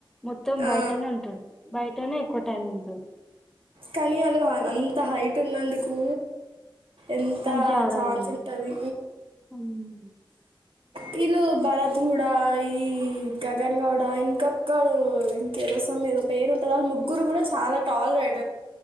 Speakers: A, in the centre; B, on the right.
A: మొత్తం
B: ఆ
A: బయటనే ఉంటాడు బయటనే ఎక్కువ టైం ఉంటాడు
B: కానీ అళ్లు అంత హైట్ ఉన్నందుకు ఎంత
A: మంచిగా ఆడాలి
B: ఛాన్స్ ఉంటుంది
A: ఉమ్.
B: వీళ్ళు భరత్గూడ ఈ గగన్ గౌడ ఇంకొక్కడు ఇంకేదో సమ్ ఏదో పేరుంటు వాళ్ళ ముగ్గురు కూడా చాలా టాలర్ెట్